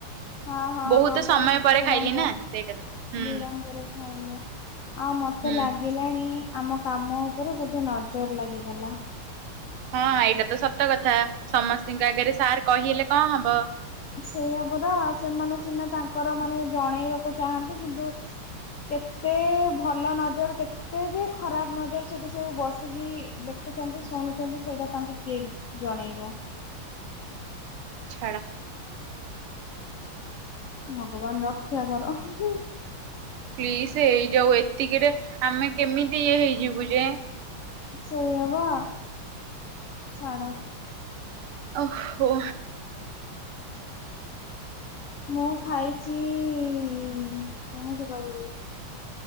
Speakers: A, on the left (about 90°); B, on the right (about 85°).
A: ହଁ ହଁ
B: ବହୁତ
A: ହଁ
B: ସମୟ ପରେ
A: ବିଳମ୍ବ
B: ଖାଇଲି ନା ସେଇଟା ପାଇଁ ହୁଁ।
A: ବିଳମ୍ବରେ ଖାଇଲ। ଆଉ ମତେ
B: ହୁଁ
A: ଲାଗିଲାଣି ଆମ କାମ ଉପରେ ବୋଧେ ନଜର ଲାଗିଗଲା।
B: ହଁ ଏଇଟା ତ ସତ କଥା ସମସ୍ତିଙ୍କ ଆଗରେ ସାର୍ କହିଲେ କଣ ହବ
A: ସେଇଆ ପରା ସେମାନେ ସିନା ତାଙ୍କର ମାନେ ଜଣେଇବାକୁ ଚାହାନ୍ତି କିନ୍ତୁ କେତେ ଭଲ ନଜର କେତେ ଯେ ଖରାପ ନଜର ସେଠି ସବୁ ବସିକି ଦେଖ ଖୁଚନ୍ତି ଶୁଣୁଚନ୍ତି ସେଇଟା ତାଙ୍କୁ କିଏ ଜଣେଇବ
B: ଛାଡ
A: ଭଗବାନ ରକ୍ଷା କର ହୁଁ ହୁଁ।
B: ପ୍ଲିଜ ହେଇଯାଉ ଏତିକିରେ ଆମେ କେମିତି ଇଏ ହେଇଯିବୁ ଯେ
A: ସେଇଆ ପା ଛାଡ
B: ଓ ହୋ।
A: ମୁଁ ଖାଇଚି କି କେମିତି କହିବି?